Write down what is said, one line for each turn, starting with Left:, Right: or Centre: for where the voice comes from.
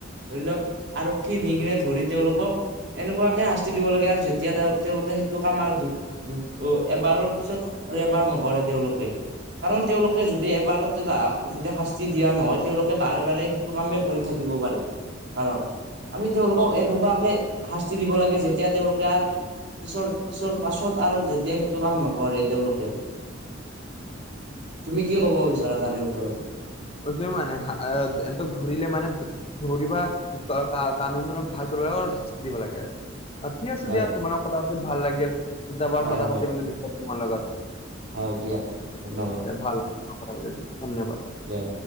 Right: ধৰি লোৱা আৰক্ষী নিগিনে ধৰি তেওঁলোকক এনেকুৱাকে শাস্তি দিব লাগে আৰু যেতিয়া তেওঁ তেওঁলোকে সেইটো কাম আৰু দু দু অ' এবাৰৰ পিছত আৰু এবাৰ নকৰে তেওঁলোকে। কাৰণ তেওঁলোকে যদি এবাৰতে তাৰ যদি শাস্তি দিয়া নহয় তেওঁলোকে বাৰে বাৰে টো কামেই কৰি থাকিব পাৰে। কাৰণ, আমি তেওঁলোকক এনেকুৱাকে শাস্তি দিব লাগে, যেতিয়া তেওঁলোকে আৰ পিছৰ পিছৰ পাছত আৰু যে এতিয়া সেইটো কাম নকৰে, তেওঁলোকে, তুমি কি কব বিচাৰা তাৰে ওপৰত?
Left: সৈটোৱে মানে, হা এ, এহঁতক ধৰিলে মানে ধৰিবা কানুনলক ভাল কৰিব লাগে শাস্তি দিব লাগে। অ' ঠিক আছে
Right: হয়
Left: দিয়া তোমাৰ লগত কথা পাতি ভাল লাগিল, কিতাপৰ
Right: হয়
Left: কথা
Right: হয়
Left: পাতি বুলি বিষয় তোমাৰ লগত।
Right: হয় দিয়া, ধন্যবাদ।
Left: ভাল লাগিল কথা পাতি দিয়া, ধন্যবাদ।
Right: দিয়া।